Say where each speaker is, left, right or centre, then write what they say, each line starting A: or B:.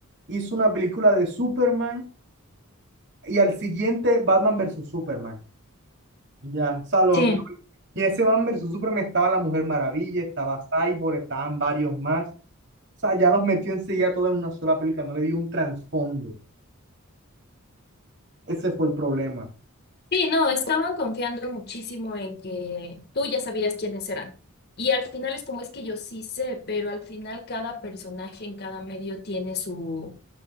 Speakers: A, on the right; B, on the left.
A: Hizo una película de Superman y al siguiente Batman versus Superman. Ya, o sea, lo-
B: sí,
A: lo- y ese Batman versus Superman estaba la Mujer Maravilla, estaba Cyborg, estaban varios más. O sea, ya los metió enseguida todos en una sola película, no le dio un trasfondo. Ese fue el problema.
B: sí, no, estaban confiando muchísimo en que tú ya sabías quiénes eran. Y al final es como es que yo sí sé, pero al final cada personaje en cada medio tiene su...